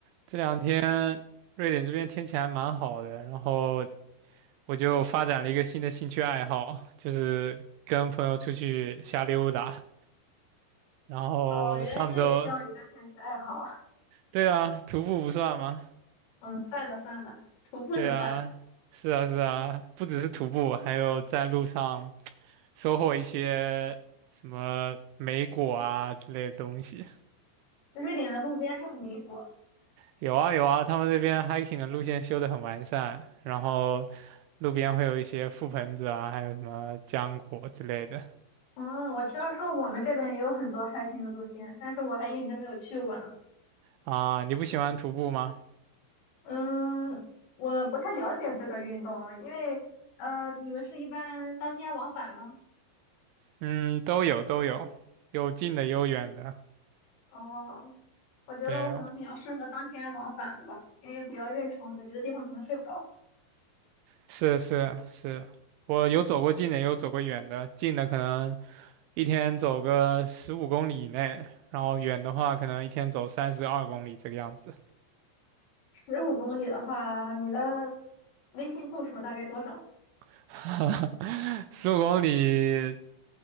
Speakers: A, on the right; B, on the left.
A: 这两天瑞典这边天气还蛮好的，然后我就发展了一个新的兴趣爱好，就是跟朋友出去瞎溜达。然后上周，
B: 哦，原来这也叫一个兴趣爱好啊。
A: 对啊，徒步不算吗？
B: <laughs> 嗯，算了算了，徒步是算了。
A: 对啊，是啊是啊，不只是徒步，还有在路上收获一些什么莓果啊之类的东西。
B: 瑞典的路边还有米果。
A: 有啊有啊，他们这边 hiking 的路线修得很完善，然后路边会有一些覆盆子啊，还有什么浆果之类的。
B: 嗯，我听说我们这边也有很多 hiking 的路线，但是我还一直没有去过呢。
A: 啊，你不喜欢徒步吗？
B: 嗯，我不太了解这个运动，因为呃，你们是一般当天往返吗？
A: 嗯，都有都有，有近的有远的。
B: 哦，我觉得我可能比较适合当天往返的吧，
A: 对，
B: 因为比较认床在别的地方可能睡不着。
A: 是是是，我有走过近的，也有走过远的。近的可能一天走个十五公里以内，然后远的话可能一天走三十二公里这个样子。
B: 十五公里的话，你的微信步数大概多少？
A: <laughs> 十五公里，